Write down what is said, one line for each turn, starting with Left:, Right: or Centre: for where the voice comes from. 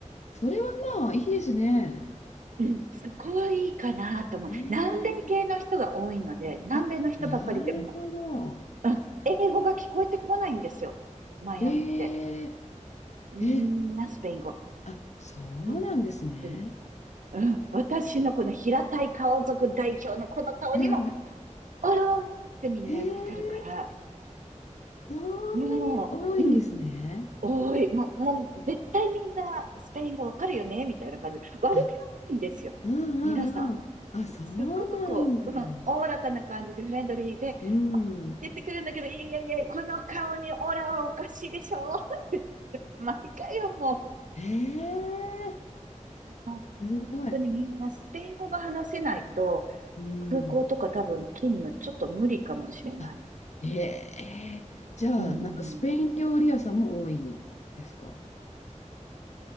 Left: それはまあいいですね。
Right: うん、そこはいいかなと思う。
Left: ね
Right: 南米系の人が多いので、
Left: え。
Right: 南米の人ばかりでも
Left: あ、なるほど。
Right: う、うん、英語が聞こえてこないんですよ。マイアミって。
Left: ええ
Right: みんなスペイン語。
Left: え、あ、そうなんですね。
Right: 本当に。うん、私のこの平たい顔族代表のこの顔にも、
Left: <laughs> うん
Right: おろーんってみんなやってくるから、
Left: ええそんなに多いんですね。
Right: もう、うん、多い。もう、もう絶対みんなスペイン語わかるよねみたいな感じで。悪気はないんですよ。
Left: あ、うんうんうん。
Right: 皆さん。
Left: あ、そうなんだ。
Right: すっごくこう、うん、おおらかな感じでフレンドリーで
Left: うん。
Right: 言ってくるんだけど、いやいや、この顔にオーラはおかしいでしょ <laughs> 毎回よ、もう。
Left: ええ
Right: もう本当にみんなスペイン語が話せないと、
Left: すごい。うん。
Right: 空港とか多分勤務ちょっと無理かもしれない。
Left: あ、へえ。じゃあ、
Right: うん。
Left: なんかスペイン料理屋さんも多いですか